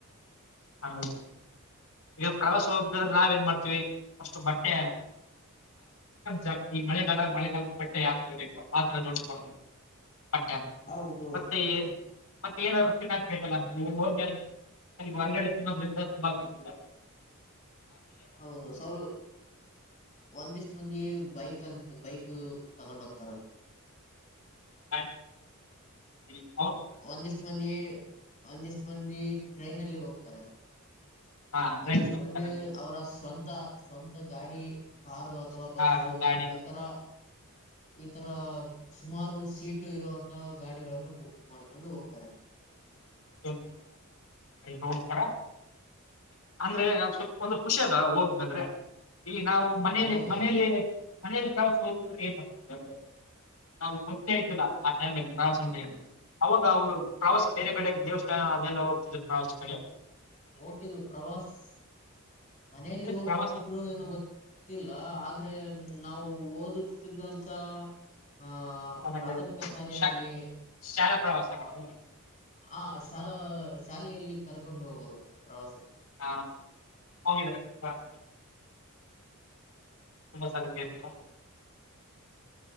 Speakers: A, on the left; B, on the left.
A: ಹಾ ಹೌದು ಈಗ ಪ್ರವಾಸ ಹೋಗಾದ್ರೆ ನಾವ್ ಏನ್ ಮಾಡ್ತೀವಿ ಅಷ್ಟು ಬಟ್ಟೆ ಜಾತಿ ಈ ಮಳೆಗಾಲ ಮಳೆ ಪಟ್ಟೆ ಯಾವತರ ಬೇಕು ಆತ್ರರ ಜೋಡ ಹೌ ಪಟ್ಟ
B: ಹೌದು
A: ಮತ್ತುತ್ತೆ ಮತ್ತೆ ಏನಾದ್ರು ಚ ಹಾಕ್ಬೇಕಲ್ಲೋಗ ಅಲ್ಲಿ ಹೊಲ್ಗಡೆ ತಿ <inaudible> ನಿಮಾದ್ರಿಂದ ತುಂಬಾ ಬಡ್ತ
B: ಹೌದು ಸ ಒಂದಸ್ಟ ಮಂದಿ ಬೈಕ್ ಅಂತ ಬೈಕ್ ತಗೊಂಡ ಹೋಗ್ತಾರದು
A: ಹ ಹೆ <inaudible>
B: ಒಂದಿಷ್ಟು ಮಂದಿ ಒಂದಿಷ್ಟ ಮಂದಿ ಟ್ರೈನ್ ಅಲ್ಲಿ ಹೋಗ್ತಾರೆ
A: ಹಾ ಟ್ರೈನಲ್ಲಿ
B: ಒಂದಿಷ್ಟು
A: ಹೋಗ್ತಾರಲ್ಲಿ
B: ಮಂದಿ ಅವರ ಸ್ವಂತ ಸ್ವಂತ ಗಾಡಿ ಕಾರು ಅಥವಾ
A: ಕಾರು
B: ಬಸ್ಸು
A: ಗಾಡಿ
B: ಈ ತರ ಈ ತರ ಸುಮಾರು ಸೀಟು ಇರುವಂತ ಗಾಡಿಗಳನ್ನು ಬುಕ ಮಾಡ್ಕೊಂಡು ಹೋಗ್ತಾರೆ
A: ತು ಹೋಗ ಅಂದ್ರೆ ಒಂದ್ ಸ್ವಲ್ಲ ಖುಷಿ ಅದ ಹೋಗ್ ಬಂದ್ರೇ. ಈ ನಾವು ಮನೇಲಿ
B: ಹೌದು
A: ಮನೇಲಿ ಮನೇಲಿ ಕಳಸ ಹೋಗದಿದ್ರೆ ಏನ್ದೆ ಅ, ನಾವು ಗೊತ್ತೇ ಇದ್ದಿಲ್ಲ ಆ ಟೈಮಲ್ಲಿ ಪ್ರವಾಸ ಇದೆ ಎಂದು ಅವಾಗ ಅವರು ಪ್ರವಾಸ ಬೇರೆ ಬೇರೆ ದೇವಸ್ಥಾನ ಅದೆಲ್ಲ ಹೋಗ್ತಿದ್ದು ಪಾಸ್ ಪಡೆ.
B: ಹೋಗ್ತಿದ್ದು ಪ್ರವಾಸ್, ಮನೆಯಲ್ಲಿ ಹೋಗ್ತಿದ್ರು
A: ಪ್ರವಾಸ
B: ಏನೋ ಗೊತ್ತಿಲ್ಲ ಆದ್ರೆ. ನಾವು ಓದುತ್ತಿದ್ವಂತ. ಹ ಹಾ
A: ಆಮೇಲೆ
B: ಪ್ರಾಥಮಿಕ ಶಾಲೆ
A: ಶಾ
B: ಆಗಲಿ,
A: ಶಾಲಾ ಪ್ರವಾಸಗಳು
B: ಹ ಶಾಲೆ ಶಾಲೆಯಲ್ಲಿ ಕರ್ಕೊಂಡು ಹೋಗೋರು ಪ್ರವಾಸಕ್ಕೆ.
A: ಹಾ ಹ <unintelligible> ತುಂಬ ಸರಿ ಕೇಳ್ತಿರೋ,